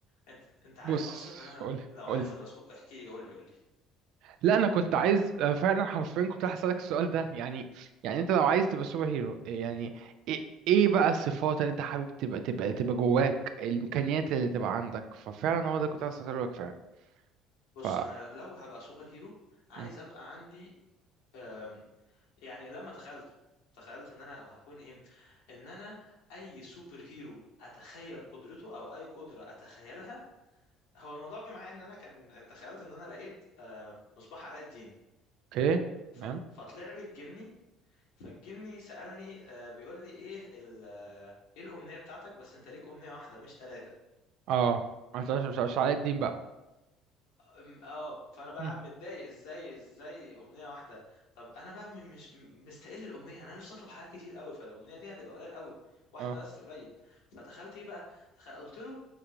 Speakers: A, on the left; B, on the right.
A: انت انت عارف
B: بص
A: اصلا انا
B: قولي
A: لو
B: قولي
A: عايز ابقى سو... احكي لي قول لي قول لي
B: لا انا كنت عايز آه، فعلا حرفيا كنت هسألك السؤال ده يعني يعني انت لو عايز تبقى سوبر هيرو آه، يعني ايه إيه بقى الصفات اللي انت حابب تبقى تبقى تبقى جواك الامكانيات اللي تبقى عندك ففعلا هو ده كنت عايز اسألك فعلا
A: بص
B: ف
A: انا لو هبقى سوبر هيرو عايز
B: م.
A: ابقى عندي أم، يعني لما تخيلت تخيلت ان انا هكون ايه ان انا اي سوبر هيرو اتخيل قدرته او اي قدرة اتخيلها هو الموضوع جه معايا ان انا كان تخيلت ان انا لقيت آه، مصباح علاء الدين
B: اوكي
A: ف-
B: تمام
A: فطلع لي الجني فالجني سألني آه، بيقول لي ايه ال- آه، ايه الامنية بتاعتك بس انت ليك امنية واحدة مش ثلاثة
B: اه انت مش مش مش علاء الدين بقى
A: أم- اه فانا بقى
B: م.
A: قاعد متضايق ازاي ازاي امنيه واحده طب انا بقى م- مش م- مستقل الامنيه يعني انا نفسي اطلب حاجات كتير قوي فالامنيه دي هتبقى قليل قوي واحده
B: اه
A: بس قليل فتخيلت ايه بقى تخ... قلت له